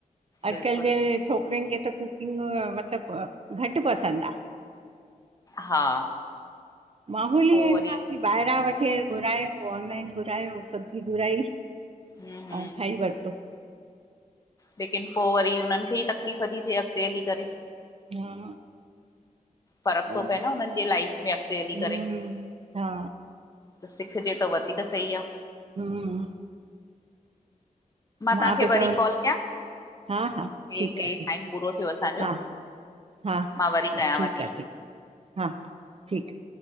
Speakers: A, on the right; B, on the left.
A: अॼुकल्ह
B: बिल्कुलु
A: जे छोकिरियुन खे त कुकिंग मतिलबु घटि पसंदि आ।
B: हा।
A: माहौल
B: पो
A: ई अहिड़ो
B: वरी
A: आ, भइ ॿाहिरां वठी घुरायो ऑनलाइन घुरायो, सब्जी घुराई अंउं
B: हम्म हम्म
A: खाई वरतो
B: लेकिन पो वरी उन्हनि खे ई तकलीफ़ ती थिए, अॻिते हली करे।
A: हा।
B: फ़र्क तो
A: ई
B: पए
A: आहे
B: न हुननि जे लाइफ में, अॻिते हली
A: हम्म
B: करे।
A: हा
B: त सिखजे त वधीक सही आ
A: हम्म मां
B: तव्हांखे
A: त चवंद,
B: वरी कॉल कयां
A: हा- हा
B: हे
A: ठीक
B: हे
A: आ ठीक
B: टाइम पूरो थियो असांजो
A: हा। हा-
B: मां वरी
A: हा
B: कयांव
A: ठीक
B: थी
A: आ ठीक, हा ठीक आ